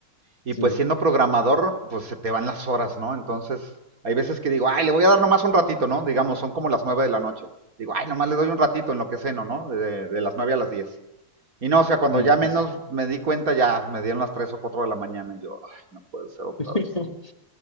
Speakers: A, on the right; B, on the left.
A: Y
B: Sí,
A: pues siendo programador, pues se te van las horas, ¿no? Entonces, hay veces que digo, ay, le voy a dar nomás un ratito, ¿no? Digamos, son como las nueve de la noche. Digo, ay, nomás le doy un ratito en lo que ceno, ¿no? De, de las nueve a las diez. Y no, o sea, cuando
B: sí,
A: ya
B: sí,
A: menos
B: sí.
A: me di cuenta, ya me dieron las tres o cuatro de la mañana. Y yo, ay, no puede ser otra
B: <laughs>
A: vez, ¿no?